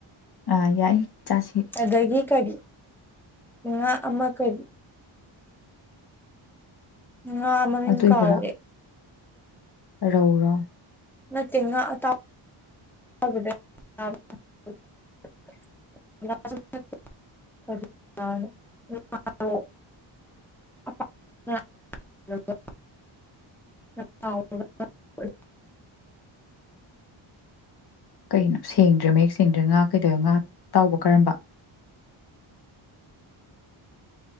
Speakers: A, on the left (about 50°); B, in the centre.
A: ꯑꯥ ꯌꯥꯏ ꯆꯥꯁꯤ
B: ꯑꯗꯒꯤ ꯀꯔꯤ ꯉꯥ ꯑꯃ ꯀꯔꯤ ꯉꯥ ꯃꯃꯤꯡ
A: ꯑꯇꯣꯏꯕꯔꯣ
B: ꯀꯥꯎꯏ
A: ꯔꯧꯔꯣ
B: ꯅꯠꯇꯦ ꯉꯥ ꯑꯇꯥꯎ <unintelligible>
A: ꯀꯩꯅꯣ ꯁꯦꯡꯗ꯭ꯔꯦ ꯃꯌꯦꯛ ꯁꯦꯡꯗ꯭ꯔꯦ ꯉꯥ ꯀꯩꯗꯧꯌꯦ ꯉꯥ ꯇꯥꯎꯕ ꯀꯔꯝꯕ